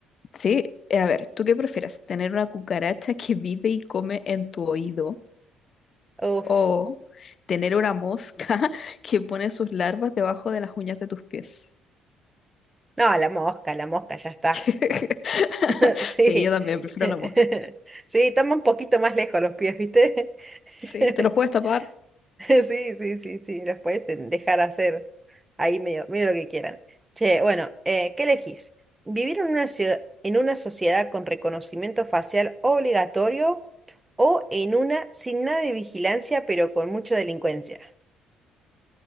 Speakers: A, on the left; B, on the right.
A: sí, eh, a ver, ¿tú qué prefieres? ¿Tener una cucaracha que vive y come en tu oído?
B: Uf.
A: O tener una mosca <laughs> que pone sus larvas debajo de las uñas de tus pies.
B: No, la mosca, la mosca, ya está.
A: <laughs>
B: <laughs> Sí.
A: Sí, yo también prefiero
B: <laughs>
A: la mosca.
B: Sí, toma un poquito más lejos los pies, ¿viste?
A: Sí,
B: <laughs>
A: ¿te los puedes tapar?
B: <laughs> Sí, sí, sí, sí, los puedes de- dejar hacer ahí medio, medio lo que quieran. Che, bueno, eh, ¿qué elegís? ¿Vivir en una ciudad, en una sociedad con reconocimiento facial obligatorio o en una sin nada de vigilancia pero con mucha delincuencia?